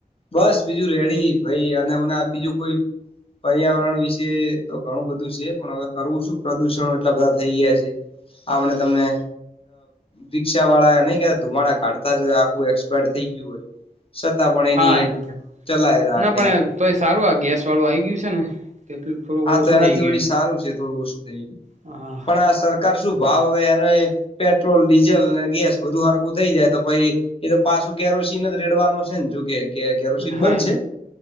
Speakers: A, on the left (about 35°); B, on the right (about 50°).
A: બસ બીજું રેડી ભાઈ અને હમને બીજું કોઈ પર્યાવરણ વિશે તો ઘણું બધું છે પણ હવે કરવું શું પ્રદુષણ એટલા બધા થઈ ગયા છે. આપણે તમને રિક્ષા વાળા નહી કતા તમાડા કાઢતા જ હોય આખું એક્સપાયર થઈ ગયું હોય. છતાં પણ એની
B: હા
A: એક
B: એ તો છે
A: ચલાય રાખે
B: ના પણ
A: એમ
B: તો એ સારું આ ગેસ વાળું આ આવી ગયું છે ને કેટલું થોડુંક
A: હા
B: ઓછું
A: તો એનાથી
B: થઈ ગયું
A: વી સારું છે થોડું ઓછું થઈ ગયું
B: હા
A: પણ આ સરકાર શું ભાવ એને પેટ્રોલ ડીઝલ ગેસ બધું હરકું થઈ જાય તો પછ એ તો પાછું કેરોસીન રેડવાનું છે ને જો કે કે કેરોસીન
B: હા
A: બનશે